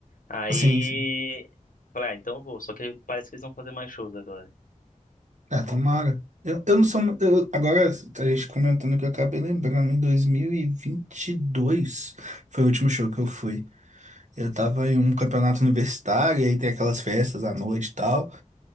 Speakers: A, on the left (about 75°); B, on the right (about 60°).
A: Aí.
B: Sim, sim.
A: eu Falei, ah, então eu vou. Só que parece que eles vão fazer mais shows agora.
B: É, tomara. Eu, eu não sou. mu- Eu, agora, a gente comentando que eu acabei lembrando, em dois mil e e vinte e dois foi o último show que eu fui. Eu tava em um campeonato universitário, e aí tem aquelas festas à noite e tal.